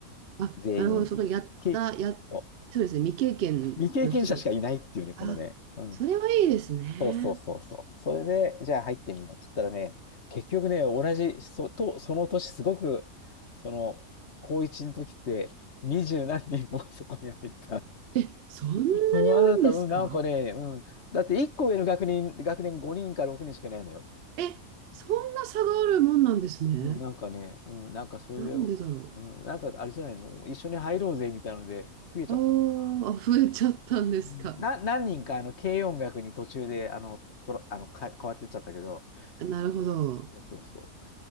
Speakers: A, on the right (about 65°); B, on the left (about 50°).
A: あ、
B: 全員。
A: なるほど。そのやった、
B: け、
A: や、
B: そう
A: そうですね。未経験の人だ。
B: 未経験者しかいないっていうね、このね。
A: あ、
B: うん。
A: それはいいですね。
B: そうそうそうそう。それで、じゃあ入ってみようって言ったらね、結局ね、同じ、そ、と、その年すごく、その、高一の時って、二十何人もそこに入った。
A: え、そんなに多いんですか
B: そう、あなた、うん、なんかね、うん。だって一個上の学年、学年5人か6人しかいないのよ。
A: え、そんな差があるもんなんですね。
B: うん、なんかね、うん、なんかそれで、
A: なんでだろ
B: うん、なんかあれじゃないの、一緒に入ろうぜみたいなので、増えちゃったのかな。
A: う。あーあ、増えちゃったんですか。
B: うん、な、何人かあの軽音楽に途中であのとろあのか変わってっちゃったけど、
A: なるほど。
B: うんそうそう、